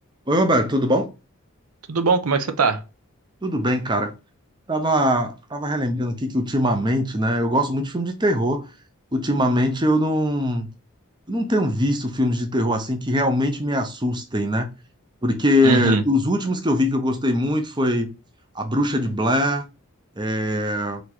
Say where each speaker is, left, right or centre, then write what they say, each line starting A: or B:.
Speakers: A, on the right (about 20°); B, on the right (about 80°).
A: Oi, Roberto, tudo bom?
B: Tudo bom? Como é que você tá?
A: Tudo bem, cara. Tava, tava relembrando aqui que ultimamente, né? Eu gosto muito de filme de terror. Ultimamente eu não, não tenho visto filmes de terror assim que realmente me assustem, né? Porque
B: Uhum.
A: os últimos que eu vi que eu gostei muito foi A Bruxa de Blair, é,